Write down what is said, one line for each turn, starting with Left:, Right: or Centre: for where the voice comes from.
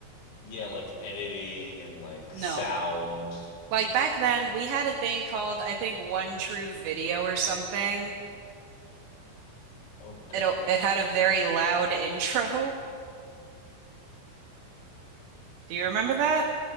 Left: Yeah, like editing and like sound.
Right: No. Like back then, we had a thing called, I think, One True Video or something.
Left: Oh God.
Right: It it had a very loud intro. Do you remember that?